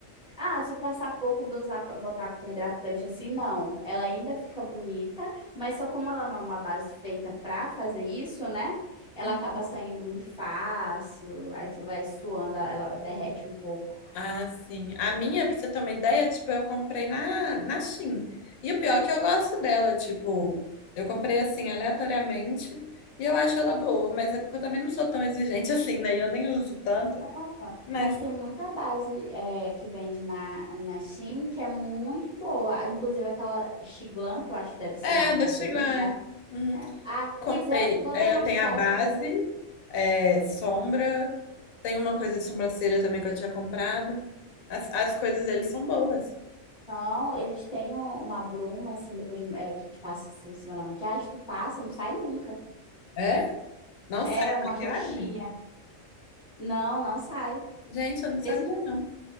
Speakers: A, in the centre; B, on the left.
A: Ah, se passar pouco, dosar para botar com hidratante assim, não. Ela ainda fica bonita, mas só como ela não é uma base feita para fazer isso, né? Ela
B: Uhum.
A: acaba saindo muito fácil, aí tu vai suando, ela derrete um pouco.
B: Ah, sim. A minha, pra você ter uma ideia, tipo, eu comprei na, na Shein. E o pior é que eu gosto dela, tipo, eu comprei assim, aleatoriamente, e eu acho ela boa, mas é porque eu também não sou tão exigente <laughs> assim, né? E eu nem uso tanto.
A: Então,
B: Mas
A: mas tem muita base é, que vende na, na Shein que é muito boa. Inclusive aquela Xiglan, que eu acho que deve ser
B: É,
A: marca
B: deixa
A: deles,
B: eu ver.
A: né?
B: Uhum.
A: É. Ah,
B: Contei.
A: pois é, toda
B: É,
A: a maquiagem
B: eu tenho a base,
A: dela.
B: é, sombra. Tem uma coisa de sobrancelha também que eu tinha comprado. As, as coisas deles são boas.
A: São, eles têm um- uma bruma, assim, depois de- é, que te passa assim, em cima da maquiagem, tu passa, não sai nunca.
B: É? Não
A: É
B: sai a
A: uma
B: maquiagem?
A: roxinha. Não, não sai.
B: Gente, eu não sabia,
A: Mesmo
B: não.